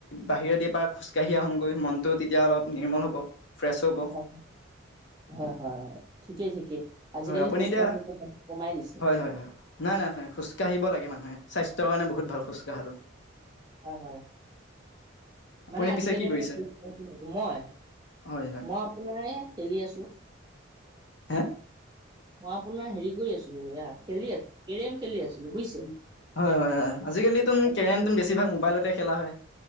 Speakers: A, on the left (about 60°); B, on the right (about 20°).
A: বাহিৰত পৰা খোজ কাঢ়ি আহোঁগৈ মনতটো তেতিয়া অলপ নিৰ্মল হ'ব ফ্ৰেছ হ'ব।
B: হয় হয় হয় হয় ঠিকে ঠিকে আজিকালি
A: হয় আপুনি
B: খোজ
A: এতিয়া
B: কঢ়াটো কমাই দিছে
A: হয় হয় হয় নাই নাই নাই খোজ কাঢ়িব লাগে মানুহে স্বাস্থ তেওঁৰ কাৰণে বহুত ভাল খোজকাঢ়াটো।
B: হয় হয়
A: আপুনি
B: মানে আজিকালি
A: পিছে কি কৰিছে
B: মানে মই
A: হয় হয়
B: মই আপোনাৰে খেলি আছো
A: হে
B: মই আপোনাৰ হেৰি কৰি আছিলো এয়া খেলি আ কেৰেম খেলি আছিলো বুইছ
A: হয় হয় হয় আজিকালিতো
B: আজিকালি
A: কেৰমটো বেছিভাগ মোবাইলতে খেলা হয়